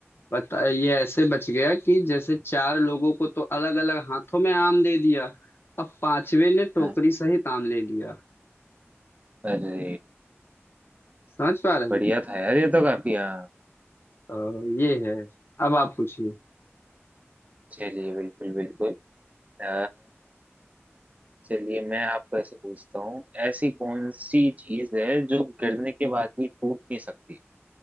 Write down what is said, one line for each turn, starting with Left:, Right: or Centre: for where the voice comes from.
Left: बता ये ऐसे बच गया कि जैसे चार लोगों को तो अलग अलग हाथों में आम दे दिया अब पांचवे ने टोकरी
Right: हाँ
Left: सहित आम ले लिया
Right: अरे
Left: समझ पा रहे
Right: बढ़िया
Left: हैं
Right: था यार ये तो काफी हाँ
Left: तो ये है अब आप पूछिए
Right: चलिए बिल्कुल बिल्कुल अ, चलिए मैं आपको ऐसे पूछता हूँ ऐसी कौन सी चीज है जो गिरने के बाद भी टूट नहीं सकती